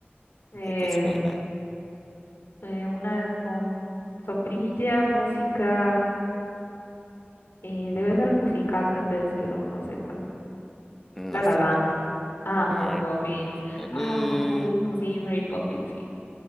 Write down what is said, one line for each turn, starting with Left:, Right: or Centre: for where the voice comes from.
Left: Eh,
Centre: ¿a ¿qué te suena?
Left: eh, una um, sombrilla, música. eh, debe ser un musical tal vez, pero no sé cuál.
Centre: No
Left: La La
Centre: sé,
Left: Land.
Centre: la-
Left: Ah,
Centre: Mari-
Left: Mary Poppins.
Centre: eh,
Left: Ay, no, sí, Mary Poppins, sí.